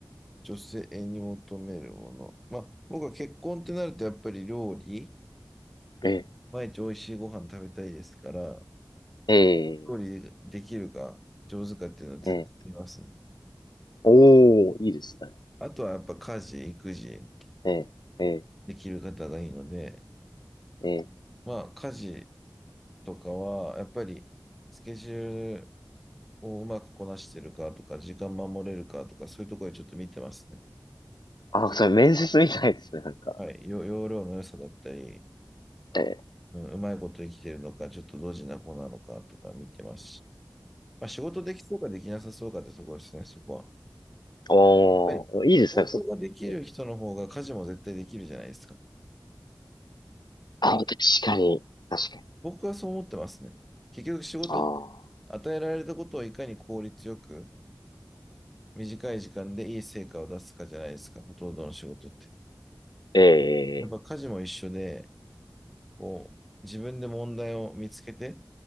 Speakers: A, in the centre; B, on the left (about 65°).
A: 女性に求めるもの。まあ、僕は結婚ってなると、やっぱり料理、
B: え、
A: 毎日美味しいご飯食べたいですから、
B: え
A: 料理できるか、上手かっていうのは絶対見ますね。
B: ー、えー、おー、いいですね。
A: あとはやっぱ家事、育児
B: えー、え
A: できる方がいいので、
B: ー、えー、
A: まあ、家事とかは、やっぱりスケジュールをうまくこなしてるかとか、時間守れるかとか、そういうところでちょっと見てますね。
B: あ、
A: よ
B: それ面接みたいですね、なんか。
A: はい、よ容量の良さだったり、
B: え
A: うんうまいことできてるのか、ちょっとドジな子なのかとか見てますし、まあ、仕事できそうかできなさそうかってところですね、そこは。やっ
B: ー、おー、
A: ぱり、
B: いいですね、
A: 仕事ができる人の方が家事も絶対できるじゃないですか。
B: そう。えーあ、確かに、確かに。
A: 僕はそう思ってますね。結局仕事って与えられたことをいかに効率よく
B: ああ、
A: 短い時間でいい成果を出すかじゃないですか、ほとんどの仕事って。
B: え
A: やっぱ家事も一緒で、こう、自分で問題を見つけて、